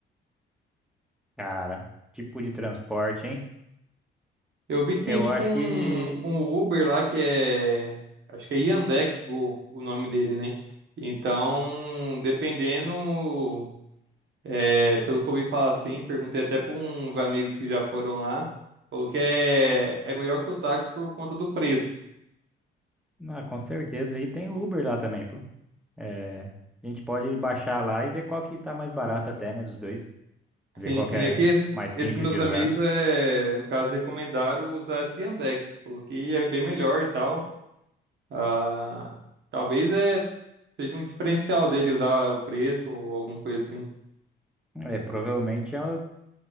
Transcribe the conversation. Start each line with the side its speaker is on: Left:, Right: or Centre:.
Centre: Cara, tipo de transporte, hein?
Right: Eu vi que
Centre: Eu
Right: tem tipo
Centre: acho
Right: um,
Centre: que,
Right: um Uber lá que é. Acho que é Yandex Go, o nome dele, né? Então, dependendo. é, pelo que eu ouvi falar assim, perguntei até para uns amigos que já foram lá. Falou que é, é melhor que o táxi por conta do preço.
Centre: ah, com certeza, aí tem o Uber lá também, pô. É, a gente pode baixar lá e ver qual que tá mais barato até, né, dos dois. Ver
Right: Sim,
Centre: qual
Right: sim.
Centre: que é
Right: É que esses,
Centre: mais simples
Right: esses meus
Centre: de usar.
Right: amigos, é, no caso, recomendaram usar esse Yandex. Falou que é bem melhor e tal. Ah, talvez é, seja um diferencial dele usar o preço ou alguma coisa assim.
Centre: É, provavelmente eu,